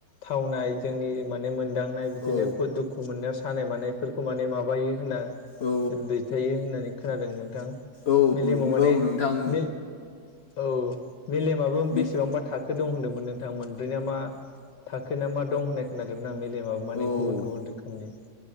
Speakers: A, on the left; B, on the left.
A: थावनाय जोंनि माने मोन दांनाय बिदिनो
B: औ
A: खु दुखु मोननायाव सानाय मानायफोरखौ माने माबायो होनना दैथायो
B: औ
A: होननानै खोनादों नोंथां
B: औ
A: मेलेमाव माने
B: औ नोंथां
A: मे औ मेलेमाबो
B: बि
A: बेसेबांबा थाखो दं होनदोंमोन नोंथां मोनब्रै ना मा थाखोन ना मा दं होननाय खोनादोंमोन आं मिलेमाबो माने
B: औ
A: गुबुन गुबुन रोखोमनि